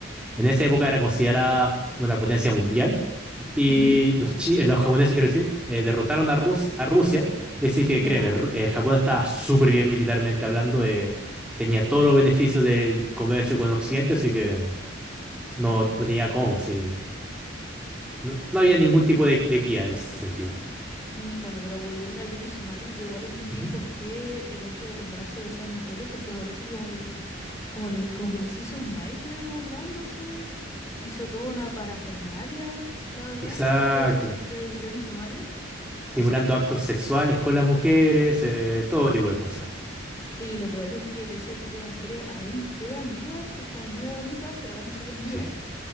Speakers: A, in the centre; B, on the left.
A: en esa época era considerada una potencia mundial. Y
B: ujú,
A: los, chi- eh, los japoneses, quiero decir, eh, derrotaron a, Rus- a Rusia. Así que
B: ya.
A: créeme, Ru- eh, Japón estaba súper bien militarmente hablando. eh, tenía todos los beneficios del comercio con Occidente, así que no, no tenía cómo, sí. No, no había ningún tipo de, de guía en ese sentido.
B: Mm, Bueno, pero volviendo a Johnny Somali, yo igual entendí
A: Ujú.
B: por qué el hecho de burlarse de esas mujeres, porque me parece que como que le, como le, como que les hizo un baile burlándose, hizo toda una parafernalia, la verdad,
A: Exacto.
B: este, este del Johnny Somali.
A: Simulando
B: O sea,
A: actos sexuales con las mujeres, eh, todo tipo de cosas.
B: y lo peor es que de ese tipo de mujeres aún quedan vivas, o como muy abuelitas, pero aún siguen vivas.
A: Sí, ese